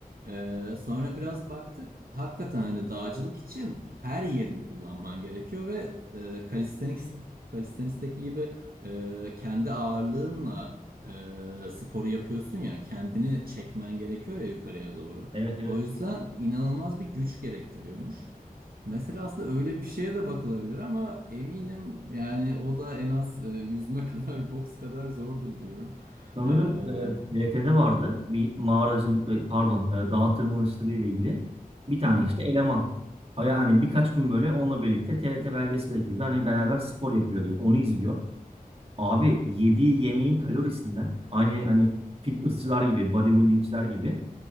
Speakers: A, on the right (about 75°); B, on the right (about 40°).
A: Ee, sonra biraz baktık. Hakikaten hani dağcılık için her yerini kullanman gerekiyor ve e, calisthenics, calisthenics'teki gibi e, kendi ağırlığınla e, sporu yapıyorsun ya kendini çekmen gerekiyor ya yukarıya doğru.
B: Evet evet.
A: O yüzden inanılmaz bir güç gerektiriyormuş. Mesela aslında öyle bir şeye de bakılabilir ama eminim yani o da en az e, yüzme <laughs> kadar, boks kadar zordur diyorum.
B: Sanırım
A: Ee, hı
B: e, TRT'de vardı bir mağaracılık e, pardon e, dağ tırmanışçılığı ile ilgili bir tane
A: hı,
B: işte eleman. Aya hani birkaç gün böyle onunla birlikte TRT belgesel ekibinde hani beraber spor yapıyor diyeyim. Onu izliyor. Abi yediği yemeğin kalorisinden aynı hani fitnessçılar gibi bodybuildingçiler gibi